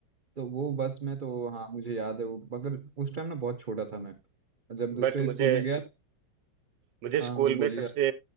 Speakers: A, on the right (about 40°); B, on the right (about 70°).
A: तो वो बस में तो हाँ मुझे याद है वो मगर उस टाइम ना बहुत छोटा था मैं जब दूसरे
B: बट मुझे
A: स्कूल में गया
B: मुझे स्कूल
A: हाँ हाँ बोलिए
B: में सबसे